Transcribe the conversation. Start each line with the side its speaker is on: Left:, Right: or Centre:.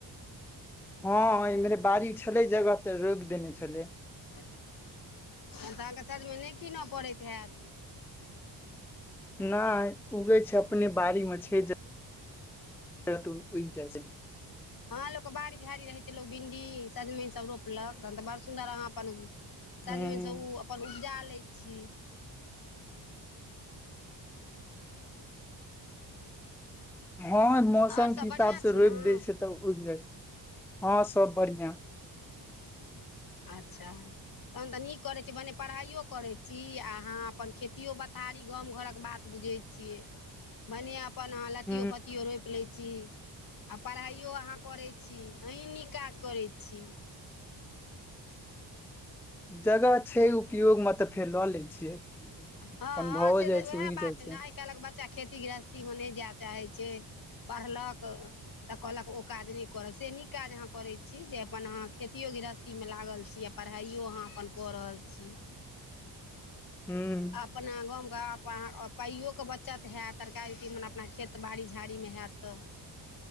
Centre: हँ इम्हरे बाड़ी छलै जगह तऽ रोप देने छलै
Left: तऽ अहाँके सजमइन नहि कीनऽ पड़ैत हयत
Centre: नहि उगै छै अपने बाड़ीमे छै उग जाई छै
Left: हँ लोकके बड़ी झाड़ी रहै छै लोक भिंडी सजमनि सब रोपलक तहन तऽ बड़ सुन्दर अहाँ अपन सजमनिसँ
Centre: ह
Left: ओ अपन उपजा लैत छी
Centre: हँ मौसम
Left: आओर
Centre: के
Left: सभ
Centre: हिसाब
Left: बढ़िआँ
Centre: से
Left: छी
Centre: रोप
Left: ने
Centre: देय छै तऽ उड़ जा छै हँ सब बढ़िया
Left: <inaudible> अच्छा तहन तऽ नीक करै छी, पढ़ाइयो करैत छी अहाँ अपन, खेती बथारी, गाम घरक बात। तऽ बुझै छियै, बढ़िआँ अपन। अहाँ लत्ती
Centre: ह
Left: फत्तीओ रोपि लै छी। आ पढ़ाइयो अहाँ करैत छी, अहीं नीक काज करै छी।
Centre: जगह छै ऊपर। उपयोगमे तऽ फेर लऽ लै छियै अपन,
Left: हँ
Centre: भऽ
Left: से तऽ
Centre: जाइ
Left: उएह
Centre: छै, उगि
Left: बात
Centre: जाइ छै।
Left: ने आइ काल्हिक बच्चा खेती गृहस्थीमे नहि जाय चाहैत छै, पढ़लक। तऽ कहलक, ओ काज नहि करब। से नीक काज अहाँ करैत छी जे अपन अहाँ खेतीयो गृहस्थी खेतीमे लागल छी आ पढ़ाइयो अहाँ अपन कऽ रहल छी।
Centre: हू
Left: अपना गामक पइयोके बचत होयत, तरकारी अपना खेत बाड़ी झाड़ीमे होयत।